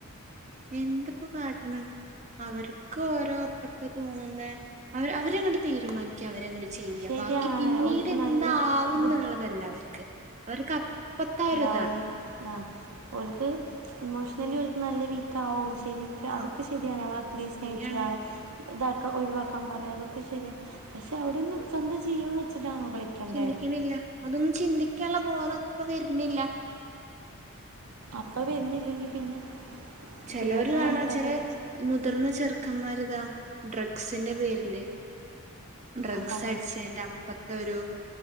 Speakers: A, on the right (about 30°); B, on the right (about 75°).
A: എന്തപ്പോ കാട്ട്ണ് അവർക്ക് ഓരോപ്പത്ത് തോന്നുന്നെ അവര് അവരങ്ങണ്ട് തീരുമാനിക്യ അവരങ്ങണ്ട് ചെയ്യാ
B: ശരിയാണ്
A: ബാക്കി പിന്നീടെന്താവുന്നുുള്ളതല്ല
B: ഓൽക്ക് നല്ല ബുദ്ധി
A: അവർക്ക് അവർക്ക് അപ്പത്ത ഒരു
B: ആവും ആഹ് ഓര്ക്ക് ഇമോഷലി നല്ല വീക്കാവും ശരിക്കാ
A: ആ
B: അതൊക്കെ ശരിയാണ് നമ്മള് അത്രയും സ്നേഹിച്ചൊരാളെ
A: ശരിയാണ്
B: ഇതാക്ക ഒഴിവാക്കാൻ പർ ആ അതൊക്കെ ശരിയാണ് പക്ഷേ അവിടെയൊന്ന് സ്വന്തം ജീവം വെച്ചിട്ടാണോ കളിക്കണ്ടേ
A: ചിന്തിക്കുന്നില്ല അതൊന്നും ചിന്തിക്കാനുള്ള ബോധ അപ്പൊ വരുന്നില്ല
B: അപ്പ വരുന്നില്ലെങ്കി പിന്നെ
A: ചിലവര്
B: പിന്നെ ഇപ്പം
A: കാണാചാല്
B: വന്നിട്ട് കാര്യം
A: മുതിർന്ന ചെറ് ക്കമാരുതാ ഡ്രഗ്സിന്റെ പേരില് ഡ്രഗ്സ്
B: ആ അതങ്ങനെ
A: അടിച്ച് ആയിന്റെ അപ്പത്തെ ഒരു